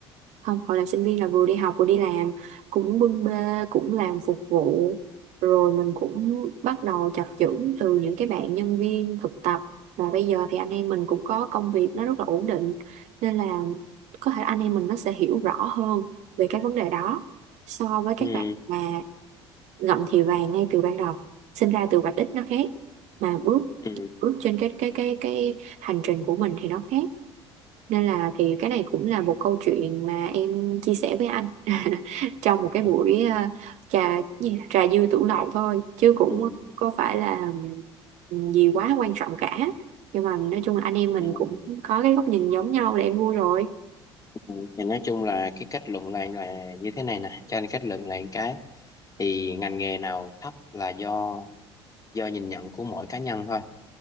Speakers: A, on the right; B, on the left.
A: không hồi làm sinh viên là vừa đi học vừa đi làm cũng bưng bê cũng làm phục vụ rồi mình cũng bắt đầu chập chững từ những cái bạn nhân viên thực tập và bây giờ thì anh em mình cũng có công việc nó rất là ổn định nên là có thể anh em mình nó sẽ hiểu rõ hơn về cái vấn đề đó so với các
B: ừ,
A: bạn mà ngậm thì vàng ngay từ ban đầu sinh ra từ vạch đích nó khác mà bước
B: ừ,
A: bước trên cái cái cái cái hành trình của mình thì nó khác nên là thì cái này cũng là một câu chuyện mà em chia sẻ với anh <laughs> trong một cái
B: ừ,
A: buổi ờ, trà gì? trà dư tửu lậu thôi chứ cũng
B: ừ,
A: có phải là ừ, gì quá quan trọng cả nhưng mà nói chung là anh em mình
B: ừ.
A: cũng có cái góc nhìn giống nhau là em vui rồi
B: ừ. thì nói chung là cái kết luận lại là như thế này nè cho anh kết luận lại một cái thì ngành nghề nào thấp là do do nhìn nhận của mỗi cá nhân thôi